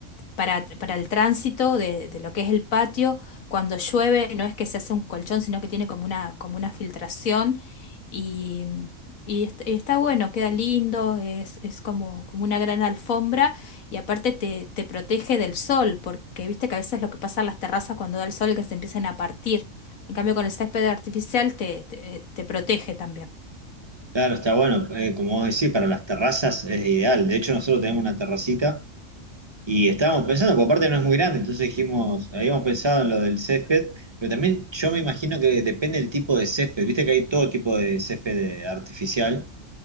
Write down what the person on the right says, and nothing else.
Claro, está bueno, eh, como vos decís, para las terrazas es ideal. De hecho, nosotros tenemos una terracita y estábamos pensando, porque aparte no es muy grande, entonces dijimos, habíamos pensado en lo del césped, pero también yo me imagino que depende del tipo de césped. Viste que hay todo tipo de césped eh, artificial.